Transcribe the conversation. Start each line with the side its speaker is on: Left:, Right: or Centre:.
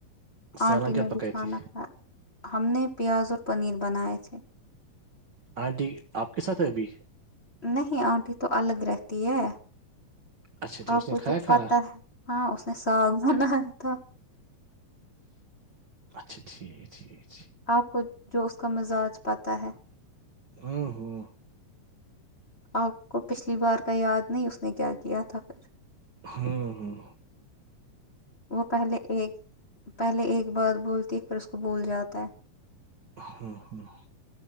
Right: سالن
Left: آنٹی
Right: کیا
Left: نے بھی
Right: پکائی
Left: کھانا
Right: تھی
Left: کھایا ہم نے پیاز اور پنیر بنائے تھے
Right: ہاںٹی آپ کے ساتھ ہے ابھی
Left: نہیں آنٹی تو الگ رہتی ہے
Right: اچھا ٹھیک
Left: آپ
Right: اس
Left: کو
Right: نے کھایا
Left: تو
Right: کھانا
Left: پتا ہے ہاں اس نے ساگ بنایا تھا
Right: اچھا ٹھیک ٹھیک <unintelligible>
Left: آپ کو جو اس کا مزاج پاتا ہے
Right: ہاں ہاں
Left: آپ کو پچھلی بار کا یاد نہیں اس نے کیا کیا تھا پھر
Right: ہاں ہاں
Left: وہ پہلے ایک پہلے ایک بات بولتی ہے پھر اس کو بول جاتا ہے
Right: ہوں ہوں